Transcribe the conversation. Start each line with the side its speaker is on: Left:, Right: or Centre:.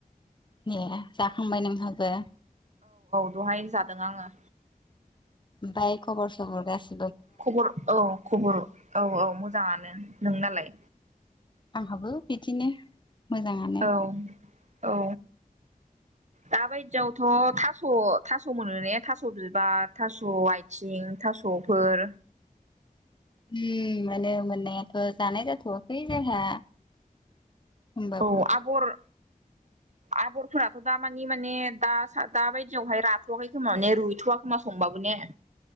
Left: ए जाखांबाय नोंहाबो?
Right: बेहायनो जादों आङो।
Left: बाय खबर सबर गासै
Right: खबर औ खबर औ औ मोजाङानो नोंनालाय
Left: आंहाबो बिदिनो। मोजाङानो
Right: औ औ। दाबायदियावथ' थास' थास' मोनो ने थास' बिबार थास' आयथिं। थास'फोर
Left: उ मोनो मोननायाथ' जानाय जाथ'वाखै जोंहा। होमबाबो
Right: औ आगर आगरफोराथ' दामानि माने दा दाबायदियावहाय राथ'वाखै खोमा माने रुइथ'व खोमा संबाबो ने।